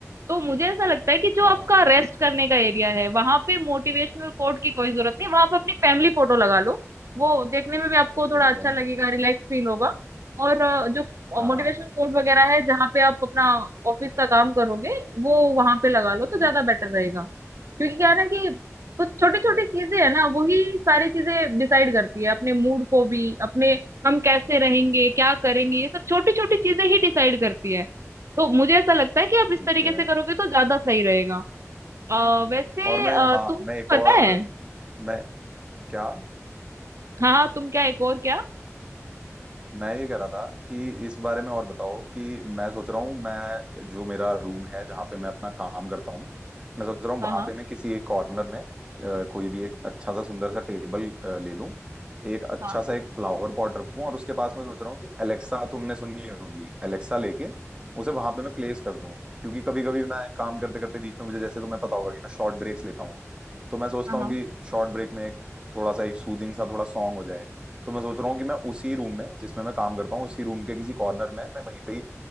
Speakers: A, on the right (about 65°); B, on the right (about 20°).
A: तो मुझे ऐसा लगता है कि जो
B: हाँ
A: आपका
B: मैं
A: रेस्ट
B: समझ रहा
A: करने
B: हूँ
A: का एरिया है वहां पे मोटिवेशनल कोट की कोई जरूरत नहीं वहां पे अपनी फैमिली फोटो लगा लो वो देखने में भी आपको थोड़ा
B: ठीक
A: अच्छा
B: है
A: लगेगा रिलैक्स फील होगा और अ, जो
B: हाँ
A: मोटिवेशनल
B: हाँ
A: कोट वगैरह है जहाँ पे आप अपना ऑफिस का काम करोगे वो वहां पे लगा लो तो
B: हम्म
A: ज्यादा बेटर रहेगा क्योंकि क्या है ना कि कुछ
B: ठीक
A: छोटी छोटी
B: है
A: चीजें है ना वही सारी चीजें डिसाइड करती है अपने मूड को भी अपने हम कैसे रहेंगे क्या करेंगे ये सब छोटी छोटी चीजें ही डिसाइड करती है तो मुझे ऐसा लगता है कि आप इस
B: ठीक
A: तरीके
B: है
A: से करोगे तो ज्यादा सही रहेगा आ, वैसे
B: और मैं
A: अ,
B: हाँ
A: तुम
B: मैं एक
A: पता
B: और
A: है
B: मैं क्या
A: हाँ हाँ तुम क्या एक और क्या
B: मैं ये कह रहा था कि इस बारे में और बताओ कि मैं सोच रहा हूँ मैं जो मेरा रूम है जहाँ पे मैं अपना काम करता हूँ मैं सोच रहा हूँ
A: हाँ
B: वहां
A: हाँ
B: पे मैं किसी एक कॉर्नर में अ, कोई भी एक अच्छा सा सुंदर सा टेबल अ, ले लूँ एक अच्छा
A: हाँ
B: सा एक फ्लावर पॉट रखूँ और उसके पास मैं सोच रहा हूँ कि एलेक्सा तुमने सुनी होगी एलेक्सा लेके उसे वहां पे मैं प्लेस कर दूँ क्योंकि कभी कभी मैं काम करते करते बीच में मुझे जैसे तुम्हें पता होगा कि मैं शॉर्ट ब्रेक्स लेता हूँ तो मैं सोचता
A: हाँ हाँ
B: हूँ कि शॉर्ट ब्रेक में एक थोड़ा सा एक सूदिंग सा थोड़ा सॉन्ग हो जाए तो मैं सोच रहा हूँ कि मैं उसी रूम में जिसमें मैं काम करता हूँ उसी रूम के किसी कॉर्नर में मैं वहीं पे ही